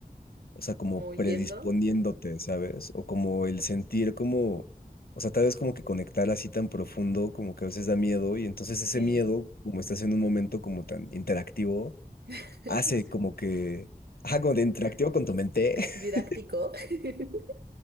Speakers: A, on the left (about 70°); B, on the right (about 85°).
A: o sea, como
B: Como huyendo.
A: predisponiéndote, ¿sabes? O como el sentir como, o sea, tal vez como que conectar así tan profundo, como que a veces da miedo y entonces ese
B: Sí.
A: miedo, como estás en un momento como tan interactivo,
B: <laughs>
A: hace como que, ajá, como de interactivo con tu mente.
B: Didáctico.
A: <laughs>
B: <laughs>